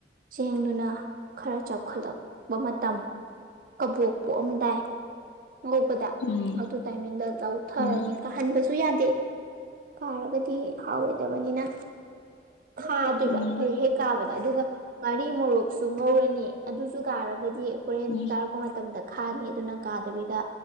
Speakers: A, on the right; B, on the left.
A: ꯆꯦꯡꯗꯨꯅ ꯈꯔ ꯆꯥꯎꯈꯠꯂꯛꯄ ꯃꯇꯝ ꯀꯕꯣꯛ ꯄꯣꯛꯑꯝꯗꯥꯏ ꯉꯧꯕꯗ
B: ꯎꯝ
A: ꯑꯗꯨ ꯇꯥꯏꯃꯤꯡꯗ ꯂꯧꯊꯔꯅꯤ
B: ꯎꯝ
A: ꯀꯥꯍꯟꯕꯁꯨ ꯌꯥꯗꯦ ꯀꯥꯔꯒꯗꯤ ꯍꯥꯎꯔꯣꯏꯗꯕꯅꯤꯅ ꯈꯥꯗꯕ
B: ꯎꯝ
A: ꯍꯦꯛ ꯀꯥꯕꯗ ꯑꯗꯨꯒ ꯉꯥꯔꯤ ꯃꯣꯔꯣꯛꯁꯨ ꯉꯧꯔꯅꯤ ꯑꯗꯨꯁꯨ ꯀꯥꯔꯒꯗꯤ ꯍꯣꯔꯦꯟꯥꯔꯛꯄ
B: ꯎꯝ
A: ꯀꯄ ꯃꯇꯝꯗ ꯈꯥꯅꯤ ꯑꯗꯨꯅ ꯀꯥꯗꯕꯤꯗ